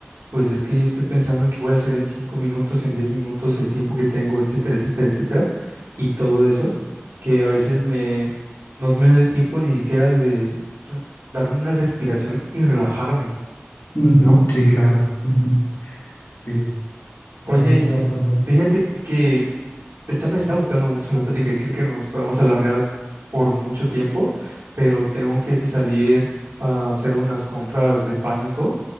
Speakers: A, on the right; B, on the left.
A: pues es que yo estoy pensando en qué voy a hacer en cinco minutos, en diez minutos, el tiempo que tengo, etcétera, etcétera, etcétera, y todo eso, que a veces me, no me doy tiempo ni siquiera al de re- darme una respiración y relajarme,
B: ujú,
A: ¿no?
B: sí, claro. ujú, sí, totalmente
A: Oye,
B: de acuerdo.
A: Fíjate que Esta me está gustando mucho la plática y creo que nos podemos alargar por mucho tiempo, pero tengo que salir a hacer unas compras de pánico.